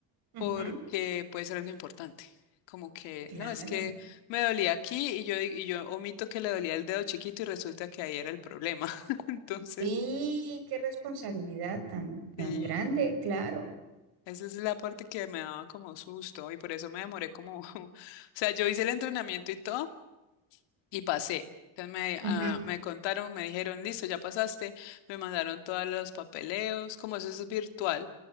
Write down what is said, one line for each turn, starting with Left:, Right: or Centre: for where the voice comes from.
Right: ujú,
Left: porque puede ser algo importante. Como que,
Right: claro.
Left: no, es que me dolía aquí y yo, y yo omito que le dolía el dedo chiquito y resulta que ahí era el problema. <laughs> Entonces,
Right: Sí, qué responsabilidad tan, tan
Left: sí.
Right: grande, claro.
Left: Esa es la parte que me daba como susto y por eso me demoré como, <laughs> o sea, yo hice el entrenamiento y todo y pasé. Entonces me, ah,
Right: Ujú,
Left: me contaron, me dijeron, listo, ya pasaste, me mandaron todos los papeleos, como eso es virtual.